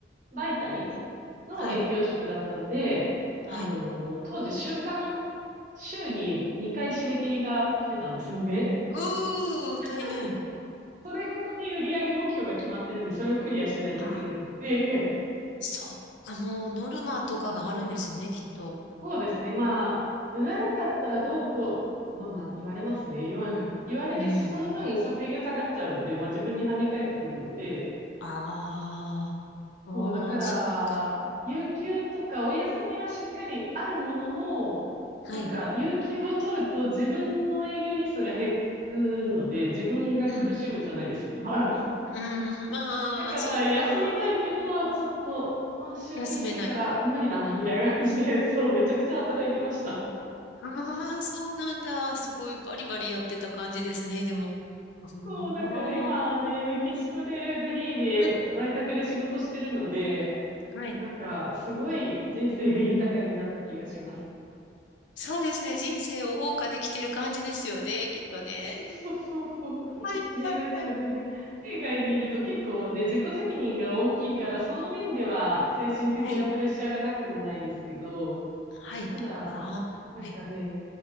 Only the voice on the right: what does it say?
媒体
の営業職だったんで、
あの、
当時週間、週に2回締め切りが来てたんですね。
<laughs>
それごとに売上目標が決まってるんで、それをクリアしないといけなくって、
そうですね、まあ、売らなかったらどうこう、まあ、まあ言われますね。言わ、言われるし、
その分査定が下がっちゃうので、まあ自分に跳ね返ってくるので、
そう、だから、
有給とかお休みはしっかりあるものの、
なんか、有給を取ると自分の営業日数が減るので、自分が苦しむじゃないですか。
<laughs>
だから、
休みたいけど、ちょっと、今週厳しいから無理だな、
みたいな感じで、そう、めちゃくちゃ働いてました。
そう、だから今ね、メキシコでフリーで在宅で仕事してるので、
なんか、すごい人生が豊かになった気がします。
そうそうそうそう。
ね、
なんかね、
海外にいると結構ね、自己責任が大きいから、その面では精神的なプレッシャーがなくもないですけど、
ただ、
なんかね、